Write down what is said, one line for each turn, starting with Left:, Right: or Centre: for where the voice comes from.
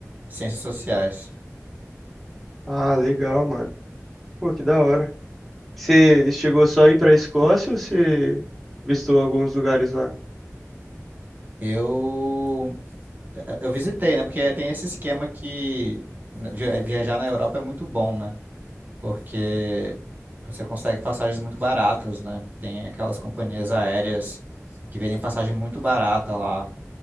Right: ciências sociais.
Centre: Ah, legal, mano. Pô, que da hora. Você chegou só a ir pra Escócia ou você visitou alguns lugares lá?
Right: Eu, eu visitei, né? Porque tem esse esquema que né, via- viajar na Europa é muito bom, né? porque você consegue passagens muito baratas, né? Tem aquelas companhias aéreas que vendem passagem muito barata lá.